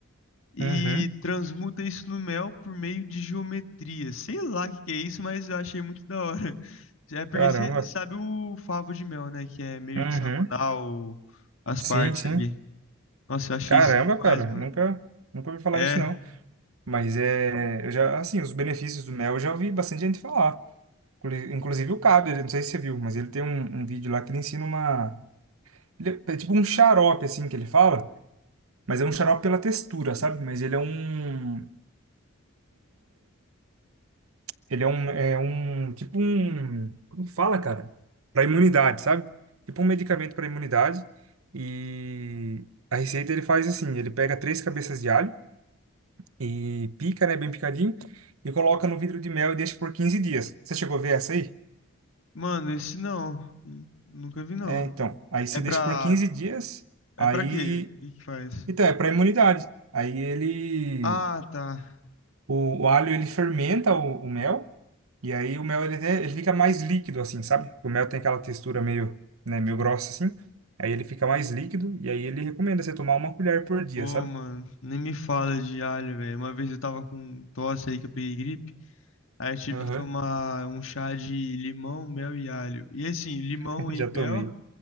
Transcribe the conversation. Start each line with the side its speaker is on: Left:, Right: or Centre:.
Left: e
Right: Uhum.
Left: transmuta isso no mel por meio de geometria. Sei lá o que que é isso, mas eu achei muito da hora. <laughs> É porque
Right: Caramba.
Left: você sabe o favo de mel, né, que é meio
Right: Uhum.
Left: hexagonal as
Right: Sim,
Left: partes
Right: sim.
Left: ali. Nossa, eu achei
Right: Caramba,
Left: isso demais,
Right: cara.
Left: mano.
Right: Nunca, nunca ouvi falar
Left: É.
Right: isso, não. Mas é, eu já, assim, os benefícios do mel eu já ouvi bastante gente falar. Inclu- Inclusive o Cabo, ele- não sei se você viu, mas ele tem um, um vídeo lá que ele ensina uma. Ele é, é tipo um xarope, assim, que ele fala, mas é um xarope pela textura, sabe? Mas ele é um. Ele é um. É um tipo um. Como que fala, cara? Para imunidade, sabe? Tipo um medicamento para imunidade. E a receita ele faz assim: ele pega três cabeças de alho e pica, né? Bem picadinho. E coloca no vidro de mel e deixa por 15 dias. Você chegou a ver essa aí?
Left: Mano, esse não. Hum, Nunca vi, não.
Right: É, então. Aí você
Left: É pra.
Right: deixa por 15 dias.
Left: É
Right: Aí.
Left: pra quê? O que que faz?
Right: Então, é para imunidade. Aí ele.
Left: Ah, tá.
Right: O, o alho ele fermenta o, o mel e aí o mel ele, até- ele fica mais líquido assim, sabe? O mel tem aquela textura meio, né, meio grossa assim. Aí ele fica mais líquido e aí ele recomenda você tomar uma colher por dia,
Left: Pô,
Right: sabe?
Left: mano, nem me fala de alho, velho. Uma vez eu tava com um tosse aí que eu peguei gripe. Aí eu tive
Right: Aham,
Left: que tomar um chá de limão, mel e alho. E assim, limão
Right: <laughs>
Left: e
Right: Já tomei.
Left: mel